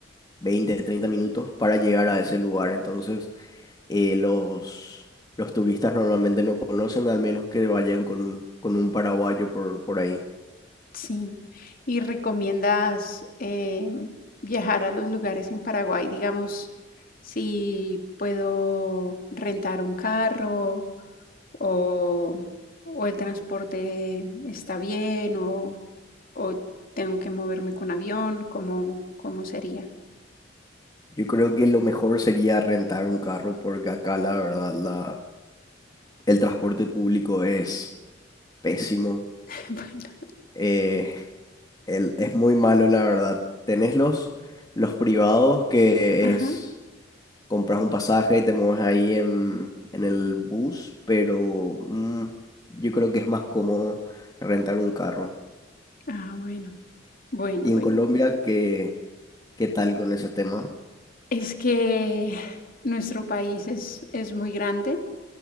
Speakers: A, on the left; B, on the left.
A: 20 30 minutos para llegar a ese lugar. Entonces, eh, los, los turistas normalmente no conocen, al menos que vayan con, con un paraguayo por, por ahí.
B: Sí. ¿Y recomiendas em, viajar a los lugares en Paraguay? Digamos, si puedo rentar un carro o, o el transporte está bien o, o tengo que moverme con avión, ¿cómo, cómo sería?
A: Yo creo que lo mejor sería rentar un carro porque acá la verdad la, el transporte público es pésimo.
B: <laughs> Bueno,
A: Eh, el- es muy malo la verdad. Tenés los, los privados que
B: ajá.
A: es compras un pasaje y te mueves ahí en, en el bus, pero mm, yo creo que es más cómodo rentar un carro.
B: Ah, bueno, bueno,
A: Y
B: bueno.
A: en Colombia, que ¿Qué tal con ese tema?
B: Es que nuestro país es, es muy grande,